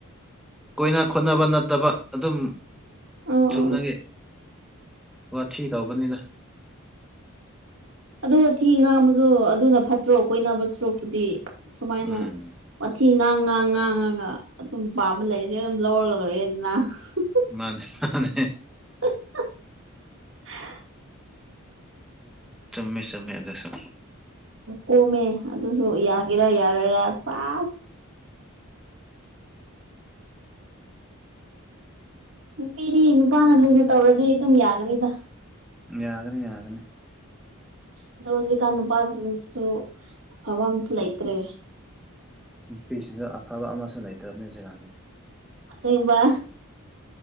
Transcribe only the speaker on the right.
ꯑꯣ
ꯑꯣ
ꯑꯗꯨ ꯑꯊꯤ ꯉꯥꯡꯕꯗꯣ ꯑꯗꯨꯅ ꯐꯠꯇ꯭ꯔꯣ ꯑꯩ ꯀꯣꯏꯅꯥꯕꯩ ꯁꯥꯔꯨꯛꯄꯨꯗꯤ ꯁꯨꯃꯥꯏꯅ
ꯋꯥꯊꯤ ꯉꯥꯡ ꯉꯥꯡ ꯉꯥꯡꯉꯒ ꯑꯗꯨꯝ ꯄꯥꯝꯕ ꯂꯩꯒꯦ ꯑꯗꯨꯝ <unintelligible>
ꯍꯍ ꯍ
ꯀꯣꯝꯃꯦ ꯑꯗꯨꯁꯨ ꯌꯥꯒꯦꯔꯥ ꯌꯥꯔꯣꯏꯔꯥ ꯆꯥꯁ ꯅꯨꯄꯤꯗꯤ ꯅꯨꯄꯥꯅ ꯂꯨꯅ ꯇꯧꯔꯗꯤ ꯑꯗꯨꯝ ꯌꯥꯒꯅꯤꯗ
ꯑꯗꯣ ꯍꯧꯖꯤꯛꯀꯥꯟ ꯅꯨꯄꯥꯁꯤꯡꯁꯨ ꯑꯐꯕ ꯑꯝꯇ ꯂꯩꯇ꯭ꯔꯦ
ꯑꯁꯦꯡꯕ